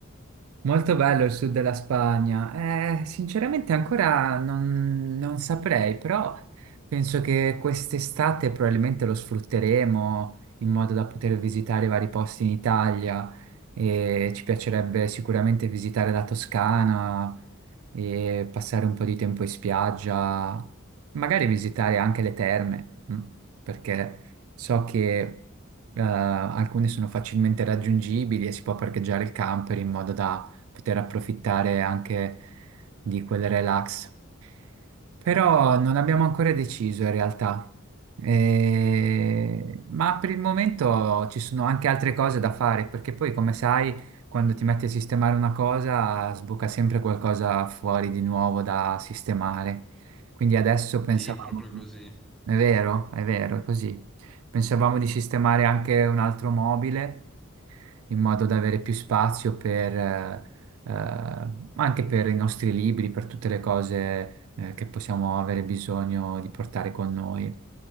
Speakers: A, on the right; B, in the centre.
A: Molto bello il sud della Spagna. Eh, sinceramente ancora non, non saprei, però penso che quest'estate probabilmente lo sfrutteremo in modo da poter visitare vari posti in Italia e ci piacerebbe sicuramente visitare la Toscana e passare un po' di tempo in spiaggia, magari visitare anche le terme, mm, perché so che eh, alcune sono facilmente raggiungibili e si può parcheggiare il camper in modo da poter approfittare anche di quel relax. Però non abbiamo ancora deciso in realtà. Eh, Ma per il momento ci sono anche altre cose da fare, perché poi, come sai, quando ti metti a sistemare una cosa, sbuca sempre qualcosa fuori di nuovo da sistemare. Quindi adesso pensavamo,
B: Sì, è proprio così.
A: è vero, è vero, è così. Pensavamo di sistemare anche un altro mobile in modo da avere più spazio per, eh, eh, anche per i nostri libri, per tutte le cose, eh, che possiamo avere bisogno di portare con noi.